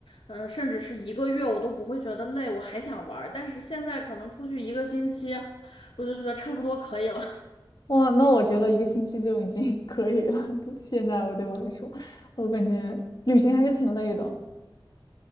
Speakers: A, on the left; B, on the left.
A: 嗯，甚至是一个月，我都不会觉得累，我还想玩。但是现在可能出去一个星期，我就觉得差不多可以了。
B: 哇，那我觉得一个星期就已经 <laughs> 可以了。就现在我对我来说，我感觉旅行还是挺累的。